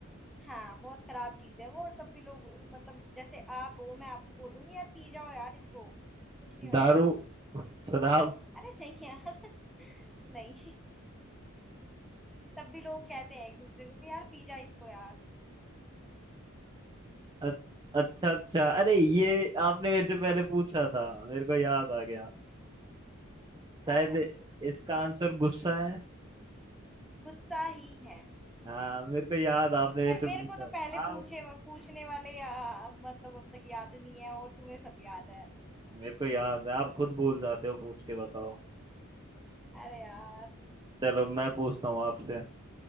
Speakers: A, in the centre; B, on the right (about 20°).
A: हाँ बहुत खराब चीज है वो और तब भी लोग मतलब जैसे आप हो मैं आपको बोलूंगी यार पी जाओ यार इसको कुछ नहीं होने
B: दारू
A: वाला
B: <laughs> शराब
A: अरे नहीं यार <laughs> नहीं तब भी लोग कहते हैं एक दूसरे को कि यार पी जा इसको यार
B: अ- अच्छा अच्छा अरे ये आपने मेरे से पहले पूछा था मेरे को याद आ गया शायद
A: अ,
B: इसका आंसर गुस्सा है
A: गुस्सा ही है
B: हाँ मेरे को याद आपने मेरे
A: यार
B: से
A: मेरे
B: पूछा
A: को तो पहले
B: था
A: पूछे
B: आप
A: पूछने वाले या, मतलब अब तक याद नहीं है और तुम्हें सब याद है
B: मेरे को याद है आप खुद भूल जाते हो पूछ के बताओ
A: अरे यार
B: चलो मैं पूछता हूँ आपसे